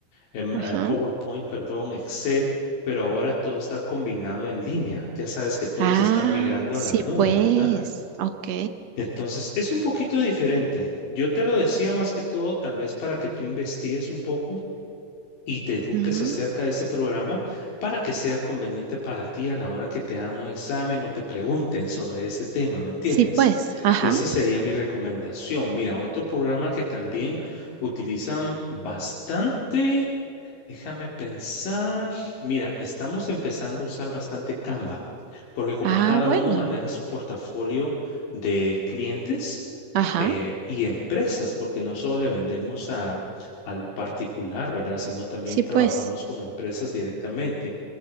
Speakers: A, on the left (about 85°); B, on the right (about 65°).
A: em,
B: ajá.
A: eh, PowerPoint, perdón, Excel, pero ahora todo está combinado en línea. Ya sabes que todos
B: Ah,
A: están migrando
B: sí
A: a la nube,
B: pues,
A: ¿verdad?
B: ok.
A: Entonces, es un poquito diferente. Yo te lo decía más que todo, tal vez para que tú investigues un poco y te eduques
B: Ujú,
A: acerca de ese programa para que sea conveniente para ti a la hora que te hagan un examen o te pregunten sobre ese tema, ¿me entiendes?
B: Sí pues, ajá.
A: Esa sería mi recomendación. Mira, otro programa que también utilizan bastante Déjame pensar. Mira, estamos empezando a usar bastante Canva, porque como
B: Ah,
A: cada
B: bueno,
A: uno maneja su portafolio de clientes
B: ajá,
A: eh, y empresas, porque no solo le vendemos a, al particular, ¿verdad? Sino también
B: sí,
A: trabajamos
B: pues.
A: con empresas directamente.